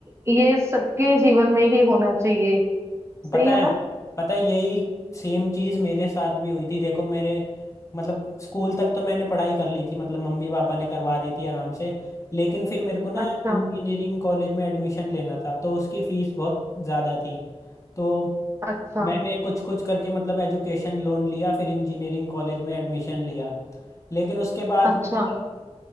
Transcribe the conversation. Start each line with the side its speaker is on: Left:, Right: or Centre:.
Right: ये सबके जीवन में ही होना चाहिए सही
Left: पता
Right: है
Left: है
Right: ना
Left: पता है यही सेम चीज मेरे साथ भी हुई थी देखो मेरे मतलब स्कूल तक तो मैंने पढ़ाई कर ली थी मतलब मम्मी पापा ने करवा दी थी आराम से लेकिन फिर मेरे को ना
Right: अच्छा
Left: इंजीनियरिंग कॉलेज में एडमिशन लेना था तो उसकी फीस बहुत ज़्यादा थी तो
Right: अच्छा
Left: मैंने कुछ कुछ करके मतलब एजुकेशन लोन लिया फिर इंजीनियरिंग कॉलेज में एडमिशन लिया लेकिन उसके बाद
Right: अच्छा
Left: भी मतलब